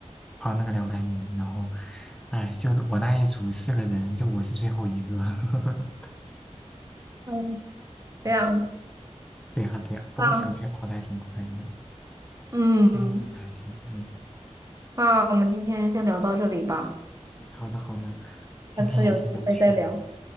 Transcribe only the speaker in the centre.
跑那个两百米，然后，哎，就我那一组四个人，就我是最后一个。<laughs>
嗯，对呀对呀，不过小学跑的还挺快的，
初中就不太行。嗯，
嗯好的好的，今天也挺有趣的。